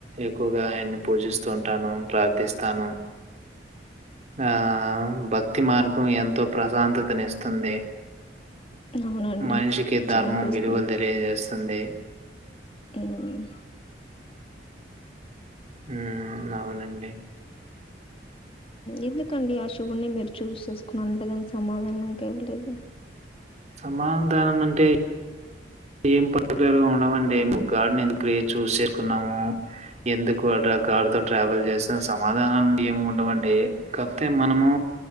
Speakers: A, on the right; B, on the left.
A: ఎక్కువగా ఆయన్ని పూజిస్తూ ఉంటాను ప్రార్థిస్తాను ఆ బ భక్తి మార్గం ఎంతో ప్రశాంతతనిస్తుంది
B: అవునండి
A: మనిషికి
B: చాలా
A: ధర్మం
B: పీస్ఫుల్
A: విలువలు తెలియజేస్తుంది
B: మ్మ్
A: ఉ అవునండి
B: ఎందుకండి ఆ శువు్ణే మీరు చూస్ చేసుకున్నా అంటే దానికి సమాధానం ఇంక ఇవ్వలేదు
A: సమాన దానం అంటే ఏం పర్టికులర్ గా ఉండవండి ము గగాడిని ఎందుకు చూస్ చేసుకున్నాము ఎందుకు గాడితో ట్రావెల్ చేస్తున్న సమాధానాలు ఏమి ఉండవండి కాకపోతే మనము